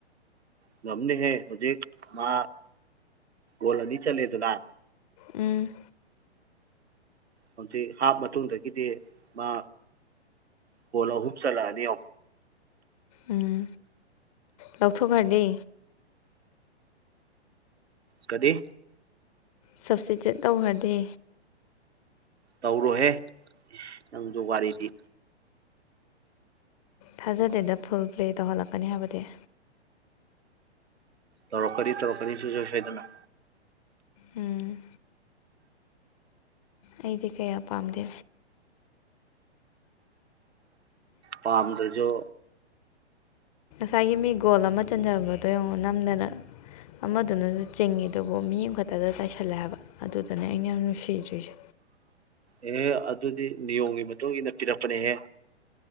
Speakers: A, on the right; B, on the left.
A: ꯉꯝꯅꯦ ꯍ ꯍꯧꯖꯤꯦ ꯃꯥ ꯣꯂꯅꯤ ꯆꯂꯦꯗꯅꯥ
B: ꯎꯝ
A: ꯍꯧꯖꯤꯛ ꯍꯥꯞ ꯃꯇꯨꯡꯗꯒꯤꯗꯤ ꯃꯥ ꯀꯣꯜ ꯑꯍꯨꯝ ꯆꯜꯂꯛꯑꯅꯤ
B: ꯎꯝ ꯂꯧꯊꯣꯛꯈ꯭ꯔꯗꯤ
A: ꯀꯗ
B: ꯁꯞꯇꯤꯇꯦꯠ ꯇꯧꯈ꯭ꯔꯗꯤ
A: ꯇꯧꯔꯨꯍꯦ ꯅꯪꯁꯨ ꯋꯥꯔꯤꯗꯤ
B: ꯊꯥꯖꯗꯦꯗ ꯐꯨꯜ ꯄ꯭ꯂꯦ ꯇꯧꯍꯜꯂꯛꯀꯅꯤ ꯍꯥꯏꯕꯗꯤ
A: ꯇꯧꯔꯛꯀꯅꯤ ꯇꯧꯔꯛꯀꯅꯤ ꯁꯁꯣꯏ ꯁꯣꯏꯗꯅ
B: ꯎꯝ ꯑꯩꯗꯤ ꯀꯌꯥ ꯄꯥꯝꯗꯦ
A: ꯄꯥꯝꯗ꯭ꯔꯁꯨ
B: ꯉꯁꯥꯏꯒꯤ ꯃꯤ ꯒꯣꯜ ꯑꯃ ꯆꯟꯖꯕꯗꯣ ꯌꯦꯡꯉꯣ ꯅꯝꯗꯅ ꯑꯃꯗꯨꯅꯁꯨ ꯆꯤꯡꯉꯤ ꯑꯗꯨꯕꯨ ꯃꯤ ꯑꯃꯈꯛꯇꯗ ꯇꯥꯏꯁꯜꯂꯦ ꯍꯥꯏꯕ ꯑꯗꯨꯗꯅꯦ ꯑꯩꯅ ꯌꯥꯝ ꯅꯨꯡꯁꯤꯗ꯭ꯔꯤꯁꯦ
A: ꯑꯦꯍꯦ ꯑꯗꯨꯗꯤ ꯅꯤꯌꯣꯝꯒꯤ ꯃꯇꯨꯡ ꯏꯟꯅ ꯄꯤꯔꯛꯄꯅꯦꯍꯦ